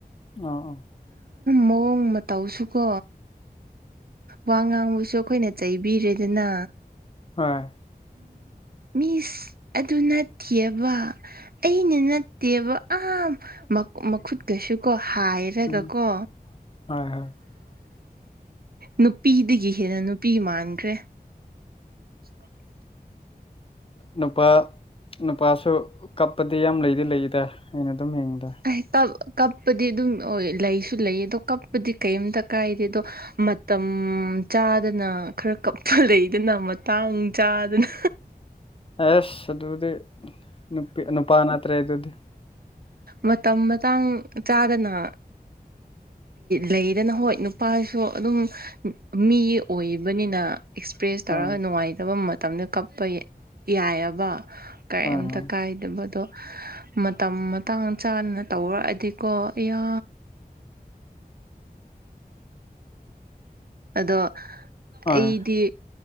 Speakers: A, on the left; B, on the right.
A: ꯑꯣ ꯑꯣ
B: ꯃꯑꯣꯡ ꯃꯇꯧꯁꯨꯀꯣ ꯋꯥ ꯉꯥꯡꯕꯁꯨ ꯑꯩꯈꯣꯏꯅ ꯆꯩꯕꯤꯔꯦꯗꯅ
A: ꯍꯣꯏ
B: ꯃꯤꯁ ꯑꯗꯨ ꯅꯠꯇꯦꯕ ꯑꯩꯅ ꯅꯠꯇꯦꯕ ꯑꯍꯥꯝ ꯃꯈꯨꯠꯀꯁꯨ ꯀꯣ ꯍꯥꯏꯔꯒꯀꯣ
A: ꯎꯝ ꯍꯣꯏ ꯍꯣꯏ
B: ꯅꯨꯄꯤꯗꯒꯤ ꯍꯦꯟꯅ ꯅꯨꯄꯤ ꯃꯥꯟꯈ꯭ꯔꯦ <unintelligible>
A: ꯅꯨꯄꯥ ꯅꯨꯄꯥꯁꯨ ꯀꯞꯄꯗꯤ ꯌꯥꯝ ꯂꯩꯗꯤ ꯂꯩꯗ ꯑꯩꯅ ꯑꯗꯨꯝ ꯌꯦꯡꯕꯗꯥ
B: ꯑꯩ ꯇꯧ ꯀꯞꯄꯗꯤ ꯑꯗꯨꯝ ꯑꯣꯏ ꯂꯩꯁꯨ ꯂꯩꯌꯦ ꯑꯗꯣ ꯀꯞꯄꯗꯤ ꯀꯩꯝꯇ ꯀꯥꯏꯗꯦ ꯑꯗꯣ ꯃꯇꯝ ꯆꯥꯗꯅ ꯈꯔ ꯀꯞꯄꯥ ꯂꯩꯗꯅ ꯃꯇꯥꯡ ꯆꯥꯗꯅ
A: ꯑꯦꯁ ꯑꯗꯨꯗꯤ ꯅꯨꯄꯤ ꯅꯨꯄꯥ ꯅꯠꯇ꯭ꯔꯦ ꯑꯗꯨꯗꯤ
B: ꯃꯇꯝ ꯃꯇꯥꯡ ꯆꯥꯗꯅ ꯂꯩꯗꯅ ꯍꯣꯏ ꯅꯨꯄꯥꯁꯨ ꯑꯗꯨꯝ ꯃꯤ ꯑꯣꯏꯕꯅꯤꯅ ꯑꯦꯛꯁꯄ꯭ꯔꯦꯁ ꯇꯧꯔꯒ
A: ꯑꯥ
B: ꯅꯨꯡꯉꯥꯏꯇꯕ ꯃꯇꯝꯗ ꯀꯞꯄ ꯌꯥꯏꯌꯦꯕꯥ ꯀꯩꯝꯇ
A: ꯍꯣꯏ ꯍꯣꯏ
B: ꯀꯥꯏꯗꯕ ꯑꯗꯣ ꯃꯇꯝ ꯇꯥꯟ ꯆꯥꯅ ꯇꯧꯔꯛꯑꯗꯤꯀꯣ ꯑꯌꯥ ꯑꯗꯣ
A: ꯍꯣꯏ
B: ꯑꯩꯗꯤ